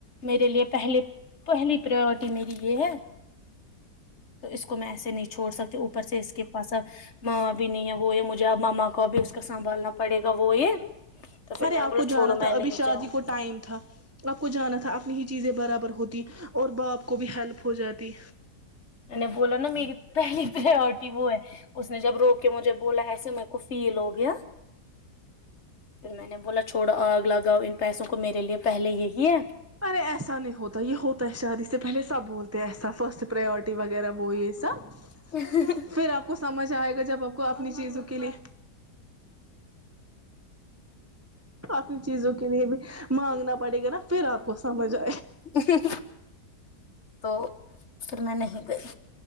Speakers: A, on the left; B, on the right.
A: میرے لیے پہلیے پہلی پرورٹی میری یہ ہے تو اس کو میں ایسے نچ چھڑ سکتے اوپر سے اس کے پاس ما بھی نہیں ہے وہ یہ مجھے ماما کو بھی اس کو سنبھالنا پڑے گا وہ یہ تو پھر
B: ارے
A: میں نے
B: آپ
A: بولا
B: کو جانا
A: چھوڑو میں
B: تھا
A: نہیں
B: ابھی شادی
A: جاؤں
B: کو
A: گی،
B: ٹائم تھا آپ کو جانا تھا اپنی چیزیں برابر ہوتی اور باپ کو بھی ہیلپ ہو جاتی
A: میں بولا نہ میری پہلی پرورٹی وہ ہے اس نے جب روک کے مجھے بولا ایسے میر کو فیل ہو گیا پھر میں نے بولا چھوڑو آگ لگاؤ ان پیسوں کو میرے لیے پہلے یہی ہے
B: ارے ایسا نہیں ہوتا یہ ہوتا ہے شادی سے پہلے سب بولتے ایسا فرسٹ پرورٹی وغیرہ وہ یہ سب
A: اچھا
B: پھر آپ کو سمجھ آئے گا جب آپ کو اپنی چیزوں کے لیے اپنی چیزوں کے لیے بھی مانگنا پڑے گا نا پھر آپ کو سمجھ آ
A: ھم تو پھر میں نہیں گئی